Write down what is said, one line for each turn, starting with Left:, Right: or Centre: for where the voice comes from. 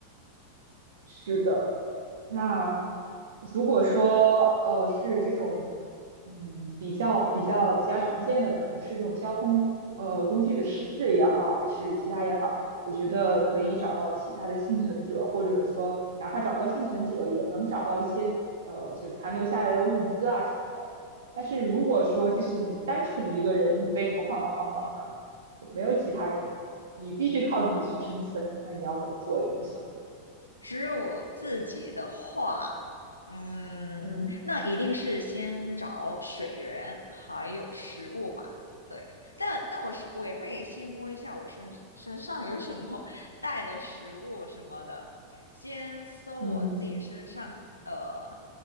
Right: 是的。那如果说呃是这种，嗯，比较比较比较常见的，可能是这种交通呃工具的失事也好，还是其他也好，我觉得可以找到其他的幸存者，或者说哪怕找不到幸存者，也能找到一些呃就残留下来的物资啊什么的。但是如果说就是你单纯一个人，你被投放到荒岛上，就没有其他人了，你必须靠自己去生存，那你要怎么做？有没有想过？
Left: 只有我自己的话，嗯，
Right: 嗯
Left: 那一定是先找水源还有食物吧。对，但但我是我也会先摸一下我身身上有什么带的食物什么的，先搜我自己身上呃
Right: 嗯